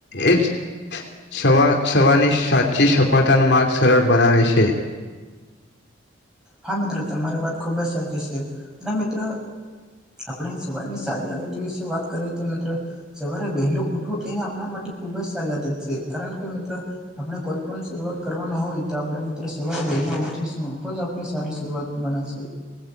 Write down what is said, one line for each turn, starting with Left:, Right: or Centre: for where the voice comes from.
Left: એજ સવા સવાની સાચી સફળતાનો માર્ગ સરળ બનાવે છે.
Centre: હા મિત્રો તમારી વાત ખુબ જ સાચી છે અને મિત્રો આપણે સવારની સારી આદતી વિશે વાત કરીએ તો મિત્ર સવારે વહેલું ઉઠવું એ આપણા માટે ખુબ જ સારી આદત છે કારણ કે મિત્ર આપણે કોઈ પણ શરૂઆત કરવાના હોય તો આપડે મિત્રો સવાર વહેલા ઉઠી તો જ આપડે સારી શરૂઆત ગણાય છે